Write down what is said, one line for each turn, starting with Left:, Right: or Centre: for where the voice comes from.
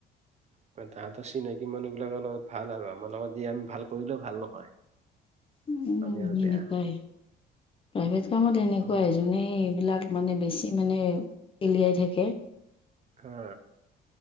Right: আ, তাহাঁতৰ চিনাকি মানুহবিলাকৰ লগত ভাল আৰু, আমাৰ লগত যি আমি ভাল কৰিলেও ভাল নহয়।
Left: উ, উ,
Right: আমি আৰু বেয়া
Left: এনেকুৱাই, প্ৰাইভেট কামত এনেকুৱাই
Right: অ
Left: যোনে এইবিলাক মানে বেছি মানে তেলিয়াই থাকে।
Right: হা।